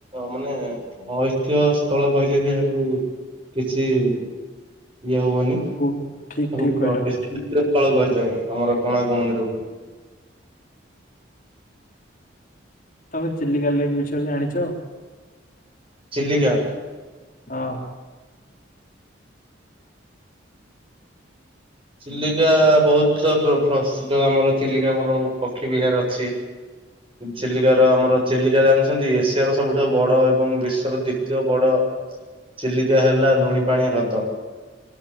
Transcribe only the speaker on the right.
ମାନେ ଐତିହ୍ୟ ସ୍ଥଳ କହିଲେବି ଯେହେତୁ କିଛି ଇଏ ହବନି ତାକୁ
ବିଚିତ୍ର
ତଳ କୁହାଯାଏ। ଆମର କୋଣାର୍କ ମନ୍ଦିରକୁ
ଚିଲିକା।
ଚିଲିକା ବହୁତ ପ୍ର- ପ୍ର ପ୍ରସିଦ୍ଧ ଆମର ଚିଲିକା ଆମର ପକ୍ଷୀ ବିହାର ଅଛି। ଚିଲିକାର ଆମର ଚିଲିକା ଜାଣିଛନ୍ତି ଏସିଆର ସବୁଠୁ ବଡ ଏବଂ ବିଶ୍ୱର ଦ୍ଵିତୀୟ ବଡ ଦ ଚିଲିକା ହେଲା ଲୁଣି ପାଣି ହ୍ରଦ।